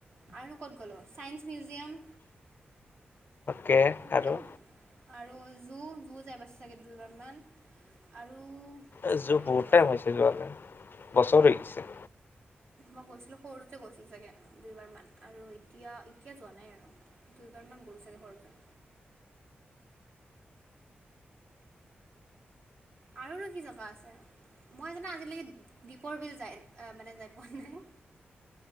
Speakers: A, on the right; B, on the left.
A: আৰু ক'ত গ'লো? Science museum.
B: কে
A: সেইটোতো
B: আৰু।
A: আৰু জু, জু যাই পাইছোঁ চাগে দুইবাৰমান, আৰু
B: এই জু
A: আৰু কি
B: বহুত
A: জেগা
B: টাইম
A: আছে
B: হৈছে যোৱা নাই, বছৰ হৈ গৈছে।
A: মই গৈছিলো সৰুতে গৈছিলো চাগে, দুইবাৰ মান আৰু এতিয়া, এতিয়া যোৱা নাই আৰু। দুইবাৰ মান গ'লো চাগে সৰুতে। আৰুনো কি জেগা আছে? মই জানা আজিলৈকে দ্বীপৰ বিল যায়, আহ, মানে যায় পোৱা নাই।